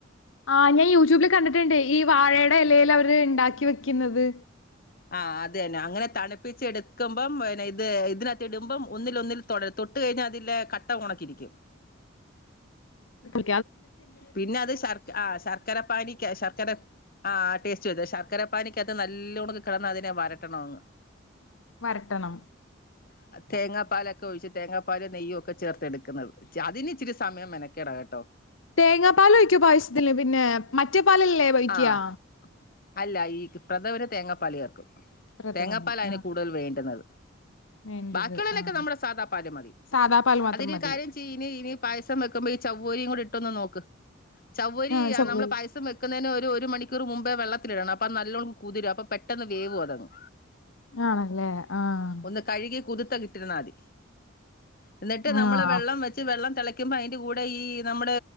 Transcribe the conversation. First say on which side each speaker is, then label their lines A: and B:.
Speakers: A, on the left; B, on the left.
A: ആ ഞാൻ യൂട്യൂബില് കണ്ടിട്ട്ണ്ട്, ഈ വാഴയുടെ എലേല് അവര് ഇണ്ടാക്കി വെക്ക്ന്നത്.
B: ആഹ് അത് തന്നെ. അങ്ങനെ തണുപ്പിച്ച് എടുക്കുമ്പം പിന്നെ ഇത് ഇതിനകത്ത് ഇടുമ്പം ഒന്നിൽ ഒന്നിൽ തൊട, തൊട്ട് കഴിഞ്ഞാ അതിലെ കട്ട ഒണക്കിരിക്കും.
A: പി
B: പിന്നെ അത് ശർക് ആ ശർക്കരപ്പാനിക്ക് ശർ ക്കടം. ആ ടേസ്റ്റ് ചെയ്തോ. ശർക്കര പാനിക്കകത്ത് നല്ലോണം കിടന്ന് അതിനെ വരട്ടണമങ്ങ്.
A: വരട്ടണം
B: തേങ്ങാപ്പാലൊക്കെ ഒഴിച്ച് തേങ്ങാപ്പാലും നെയ്യും ഒക്കെ ചേർത്ത് എട്ക്ക്ന്നത്. ച് അതിനിച്ചിരി സമയം മെനക്കേടാ കെട്ടോ.
A: തേങ്ങാപ്പാല് ഒഴിക്കോ പായസത്തില് പിന്നേ? മറ്റേ പാലല്ലേ ഒഴിക്ക്യാ?
B: ആഹ് അല്ല ഈ പ്രഥമന് തേങ്ങാപ്പാല് ചേർക്കും
A: പ്രഥമന്
B: തേങ്ങാപ്പാലാ അയിന്
A: ആഹ്
B: കൂടുതൽ വേണ്ട്ന്നത്.
A: വേണ്ടത്
B: ബാക്കിയ്ള്ളതിനൊക്കെ
A: ആഹ്
B: നമ്മുടെ സാധാപ്പാല് മതി.
A: സാദാ പാൽ മാത്രം
B: അതിന്
A: മതി
B: കാര്യം ചെയ്യ്, ഇനി ഇനി പായസം വെക്കുമ്പോ ഈ ചവ്വോരിയും കൂടി ഇട്ടൊന്ന് നോക്ക്. ചൗവ്വരി
A: ആഹ് ചൊവ്വെ
B: നമ്മള് പായസം വെക് ന്നേനു ഒരു ഒരു മണിക്കൂർ മുമ്പേ വെള്ളത്തിലിടണം. അപ്പ നല്ലോണം കുതിരും. അപ്പം പെട്ടന്ന് വേവു അതങ്ങ്.
A: ആണല്ലേ ആഹ്
B: ഒന്ന് കഴുകി കുതിർത്തന്നങ്ങിട്ടിരുന്നാ മതി. എന്നിട്ട് നമ്മള്
A: ആഹ്
B: വെള്ളം വെച്ച് വെള്ളം തെളയ്ക്കുമ്പോ അതിന്റെ കൂടെ ഈ നമ്മുടെ